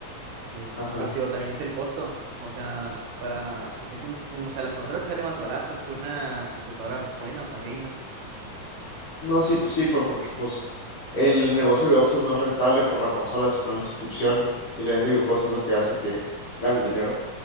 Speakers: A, on the right (about 80°); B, on the left (about 65°).
A: Este,
B: Ajá.
A: pero te digo, también es el costo, o sea, para, porque es un, un- o sea, las consolas te salen más baratas que una computadora buena, o sea, gamer.
B: No,
A: Este,
B: sí, pues sí, pues porque pues el negocio de Oxxo no es rentable por la consola, sino la suscripción y la venta de videojuegos es lo que hace que ganen dinero.